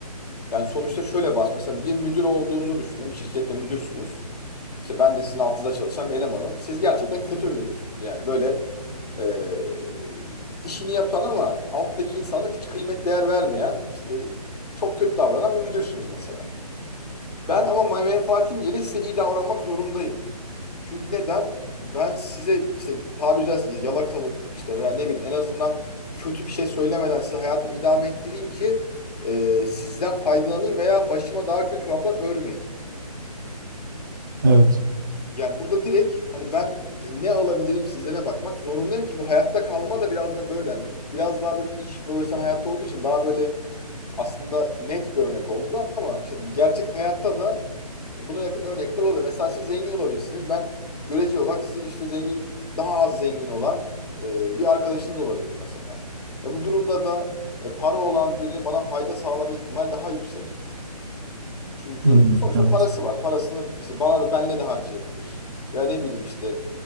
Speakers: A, on the left; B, on the right.
A: Yani sonuçta şöyle bas mesela bir müdür olduğunuzu düşünün, bir şirkette müdürsünüz. İşte ben de sizin altınızda çalışan bir elemanım. Siz gerçekten kötü bir müdürsünüz. Yani böyle e, işini yapan ama alttaki insanlık hiç kıymet değer vermeyen işte çok kötü davranan bir müdürsünüz mesela. Ben ama menfaatim yeri size iyi davranmak zorundayım. Çünkü neden? Ben size işte tabiri caizse yalakalık işte veya ne bileyim en azından kötü bir şey söylemeden size hayatımı idame ettireyim ki e, sizden faydalanayım veya başıma daha kötü çoraplar örmeyin.
B: Evet.
A: Yani burada direkt hani ben e, ne alabilirim sizlere bakmak zorundayım ki bu hayatta kalma da biraz da böyle. Hani bu biraz daha böyle iş profesyonel hayatta olduğu için daha böyle aslında net bir örnek oldu ama işte gerçek hayatta da Buna yakın örnekler oluyor. Mesela siz zengin olabilirsiniz. Ben görece olarak sizin işte zengin, daha az zengin olan e, bir arkadaşınız olabilirim mesela. E, bu durumda da e, para olan birine bana fayda sağlama ihtimal daha yüksek. Çünkü
B: Hmm,
A: sonuçta
B: evet.
A: parası var. Parasını işte bana da benle de harcayabilir. Ya ne bileyim işte